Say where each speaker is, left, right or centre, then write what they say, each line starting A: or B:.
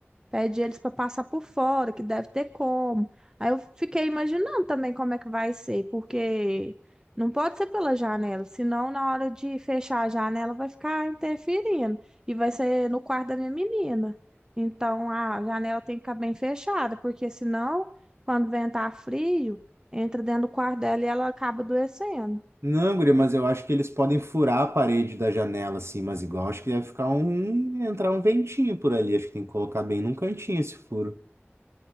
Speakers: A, on the right (about 15°); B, on the right (about 75°).
A: pede eles para passar por fora, que deve ter como. Aí eu fiquei imaginando também como é que vai ser, porque não pode ser pela janela, senão na hora de fechar a janela vai ficar interferindo e vai ser no quarto da minha menina. Então a janela tem que ficar bem fechada, porque senão quando ventar frio, entra dentro do quarto dela e ela acaba adoecendo.
B: Não, guria, mas eu acho que eles podem furar a parede da janela, assim, mas igual acho que deve ficar um. entrar um ventinho por ali. Acho que tem que colocar bem num cantinho esse furo.